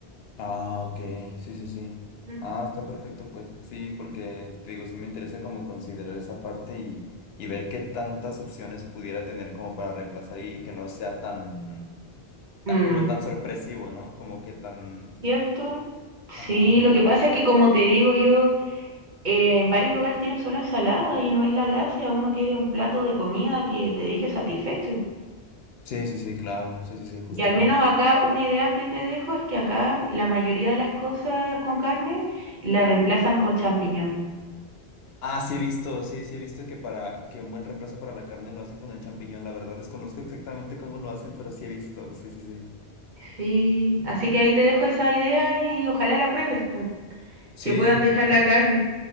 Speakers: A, on the left; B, on the right.
A: Ah, ok, sí, sí, sí.
B: Mm.
A: Ah, está perfecto, pues. Sí, porque te digo, sí me interesa como considerar esa parte y, y ver qué tantas opciones pudiera tener como para reemplazar y que no sea tan... tal
B: Mm.
A: como tan sorpresivo, ¿no? Como que tan...
B: ¿Cierto? Sí,
A: Ajá.
B: lo que pasa es que como te digo yo, eh, en varios lugares tienen solo ensalada y no es la gracia, uno quiere un plato de comida que te deje satisfecho.
A: Sí, sí, sí, claro. Sí, sí, sí, justo.
B: Y al menos acá una idea que te dejo es que acá la mayoría de las cosas con carne la reemplazan con champiñón.
A: Ah, sí he visto, sí, sí he visto que para que un buen reemplazo para la carne lo hacen con el champiñón. La verdad desconozco exactamente cómo lo hacen, pero sí he visto. Sí, sí, sí.
B: Sí, así que ahí te dejo esa idea y ojalá la pruebes, pum,
A: Sí,
B: que puedas dejar la carne.